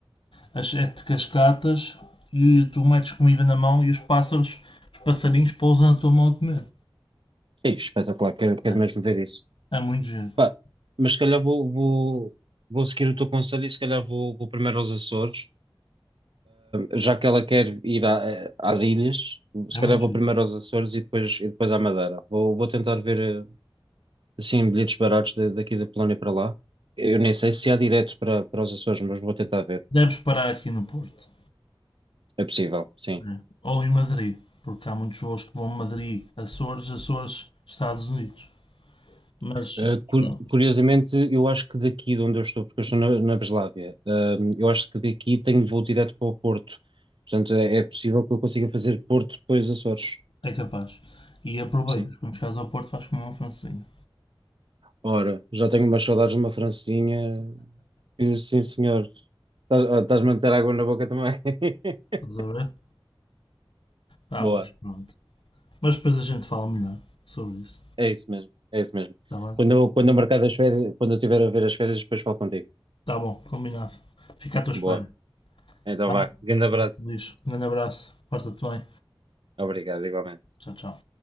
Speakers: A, on the left (about 70°); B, on the right (about 65°).
A: as sete cascatas e tu metes comida na mão e os pássaros, os passarinhos pousam na tua mão a comer.
B: Ei, espetacular, quero, quero
A: Ah,
B: mesmo ver isso.
A: É muito giro.
B: Pá, mas se calhar vou, vou, vou seguir o teu conselho e se calhar vou, vou primeiro aos Açores Já que ela quer ir a- às ilhas, se
A: É
B: calhar
A: muito
B: vou
A: giro.
B: primeiro aos Açores e depois, e depois à Madeira. Vou, vou tentar ver eh, assim bilhetes baratos da- daqui da Polónia para lá. Eu nem sei se há direto para, para os Açores, mas vou tentar ver.
A: Deves parar aqui no Porto.
B: É possível, sim.
A: né? Ou em Madrid. Porque há muitos voos que vão a Madrid, Açores, Açores, Estados Unidos. Mas
B: Eh, cu-
A: pronto,
B: curiosamente, eu acho que daqui de onde eu estou, porque eu estou na, na Breslávia, ehm, eu acho que daqui tenho voo direto para o Porto. Portanto, é, é possível que eu consiga fazer Porto depois Açores.
A: é capaz. E aproveitas.
B: Sim.
A: Quando chegares ao Porto vais comer uma francesinha.
B: Ora, já tenho umas saudades de uma francesinha. E, Sim, senhor. Estás- ah, Estás-me a meter água na boca também. <laughs>
A: Estás a ver? Ah,
B: Boa,
A: mas pronto. Mas depois a gente fala melhor sobre isso.
B: é isso mesmo, é isso mesmo.
A: Está bem?
B: Quando eu, quando eu marcar as férias, quando eu estiver a ver as férias, depois falo contigo.
A: Está bom, combinado. Fica à tua
B: Boa,
A: espera.
B: então
A: Tá?
B: vá. Grande abraço.
A: Luís, um grande abraço. Porta-te bem.
B: Obrigado, igualmente.
A: Tchau, tchau.